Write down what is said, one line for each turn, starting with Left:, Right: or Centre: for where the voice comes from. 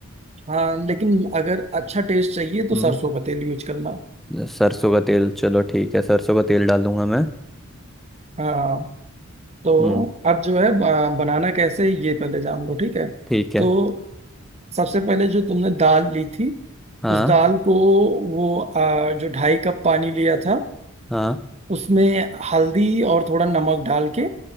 Right: हाँ लेकिन अगर अच्छा टेस्ट चाहिए तो
Centre: हम्म
Right: सरसों का तेल यूज करना
Centre: सरसों का तेल चलो ठीक है सरसों का तेल डालूंगा मैं
Right: हाँ तो
Centre: हम्म
Right: अब जो है आ, बनाना कैसे है, ये पहले जान लो ठीक है
Centre: ठीक है
Right: तो सबसे पहले जो तुमने दाल ली थी
Centre: हाँ
Right: उस दाल को वो आ, जो ढाई कप पानी लिया था
Centre: हाँ
Right: उसमें हल्दी और थोड़ा नमक डाल के